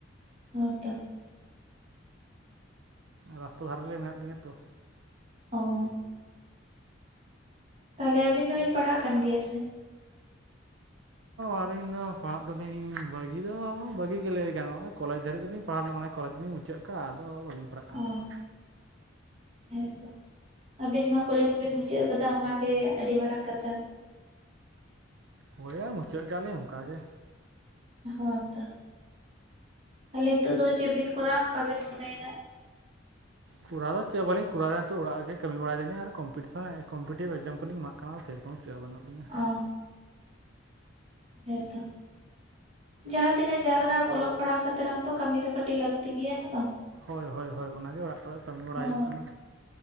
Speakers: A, on the right (about 30°); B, on the right (about 65°).
A: ᱦᱮᱸ ᱛᱚ᱾
B: ᱨᱟᱥᱛᱟ ᱫᱷᱟᱨᱮ ᱨᱮ ᱢᱮᱱᱟᱜ ᱞᱤᱧᱟᱹ ᱛᱚ᱾
A: ᱚ᱾ ᱛᱟᱦᱚᱞᱮ ᱟᱵᱤᱱ ᱫᱚᱵᱤᱱ ᱯᱟᱲᱦᱟᱜ ᱠᱟᱱ ᱜᱮᱭᱟ ᱥᱮ?
B: ᱟᱹᱞᱤᱧ ᱫᱚ ᱯᱟᱲᱦᱟᱜ ᱫᱚᱞᱤᱧ ᱵᱟᱹᱜᱤ ᱫᱚ ᱵᱟᱹᱜᱤ ᱜᱮ ᱞᱟᱹᱭ ᱜᱟᱱᱚᱜ ᱠᱚᱞᱮᱡᱽ ᱫᱷᱟᱨᱤᱡ ᱜᱮᱞᱤᱧ ᱯᱟᱲᱦᱟᱣ ᱞᱮᱱᱟ ᱢᱟᱱᱮ᱾ ᱠᱚᱞᱮᱡᱽ ᱞᱤᱧ ᱢᱩᱪᱟᱹᱫ ᱟᱠᱟ ᱟᱫᱚ ᱵᱟᱹᱞᱤᱧ ᱯᱟᱲᱦᱟᱜ
A: ᱚ᱾
B: ᱠᱟᱱ ᱛᱟᱦᱮᱸᱫ
A: ᱦᱮᱸ ᱛᱚ ᱟᱵᱤᱱ ᱢᱟ ᱠᱚᱞᱮᱡᱽ ᱵᱤᱱ ᱢᱩᱪᱟᱹᱫ ᱟᱠᱟᱫᱟ ᱚᱱᱟ ᱜᱮ ᱟᱹᱰᱤ ᱢᱟᱨᱟᱝ ᱠᱟᱛᱷᱟ᱾
B: ᱦᱳᱭ ᱟᱨ ᱢᱩᱪᱟᱹᱫ ᱠᱟᱜ ᱞᱤᱧ ᱚᱱᱠᱟ ᱜᱮ᱾
A: ᱦᱳᱭ ᱛᱚ ᱛᱟᱦᱞᱮ ᱱᱤᱛᱚᱜ ᱫᱚ ᱪᱮᱫ ᱵᱤᱱ ᱠᱚᱨᱟᱣᱟ ᱚᱱᱠᱟ ᱵᱤᱱ ᱢᱚᱱᱮᱭᱮᱫᱟ?
B: ᱠᱚᱨᱟᱣ ᱫᱚ ᱪᱮᱫ ᱵᱟᱞᱤᱧ ᱠᱚᱨᱟᱣ ᱫᱟ ᱱᱤᱛᱚᱜ ᱚᱲᱟᱜ ᱨᱮ ᱜᱮ ᱠᱟᱹᱢᱤ ᱵᱟᱲᱟᱭ ᱮᱫᱟ ᱫᱤᱧ ᱟᱨ ᱠᱚᱢᱯᱤᱴᱤᱥᱚᱱ ᱠᱚᱯᱴᱤᱵᱷ ᱮᱠᱡᱟᱢ ᱠᱚᱞᱤᱧ ᱮᱢᱟᱜ ᱠᱟᱱᱟ ᱥᱮᱨᱚᱠᱚᱢ ᱪᱮᱫ ᱦᱚᱸ <unintelligible>
A: ᱚ ᱦᱮᱸ ᱛᱚ᱾ ᱡᱟᱦᱟᱸ ᱛᱤᱱᱟᱹᱜ ᱡᱟᱦᱟᱸ ᱞᱮᱠᱟ ᱚᱞᱚᱜ ᱯᱟᱲᱦᱟᱣ ᱠᱟᱛᱮ ᱨᱮᱦᱚᱸ ᱠᱟᱹᱢᱤ ᱫᱚ ᱠᱟᱹᱴᱤᱡ ᱞᱟᱹᱠᱛᱤ ᱜᱮᱭᱟ ᱦᱮᱸ ᱵᱟᱝ᱾
B: ᱦᱳᱭ ᱦᱳᱭ ᱦᱳᱭ ᱚᱱᱟᱜᱮ ᱚᱲᱟᱜ ᱠᱚᱨᱮ ᱠᱟᱹᱢᱤ ᱵᱟᱲᱟ
A: ᱦᱚᱸ
B: ᱦᱩᱭᱩᱜ ᱠᱟᱱᱟ᱾